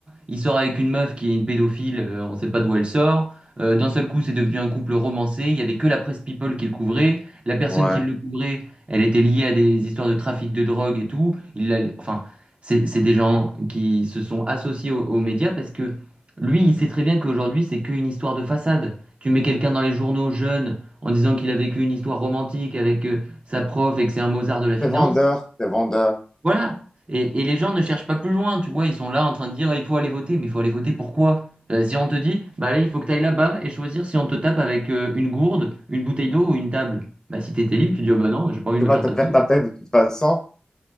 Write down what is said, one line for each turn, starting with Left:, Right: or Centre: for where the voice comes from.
Right: il sort avec une meuf qui est une pédophile, euh, on sait pas d'où elle sort. Euh, d'un seul coup, c'est devenu un couple romancé. Il y avait que la presse People qui le couvrait. La personne
Left: ouais.
Right: qui le couvrait, elle était liée à des histoires de trafic de drogue et tout. Il l'a- enfin, c'est c'est des gens qui se sont associés aux, aux médias parce que lui, il sait très bien qu'aujourd'hui, c'est qu'une histoire de façade. Tu mets quelqu'un dans les journaux jeune en disant qu'il a vécu une histoire romantique avec euh, sa prof et que c'est un Mozart de la finance.
Left: C'est vendeur, c'est vendeur.
Right: Voilà. Et, et les gens ne cherchent pas plus loin, tu vois, ils sont là en train de dire, Ah, il faut aller voter, mais il faut aller voter pourquoi? Euh, si on te dit, bah allez, il faut que tu ailles là-bas et choisir si on te tape avec euh, une gourde, une bouteille d'eau ou une table. Bah si t'étais libre, tu dis, oh, bah non, j'ai pas envie
Left: Tu
Right: de me
Left: vas
Right: faire
Left: te
Right: taper.
Left: faire taper de toute façon.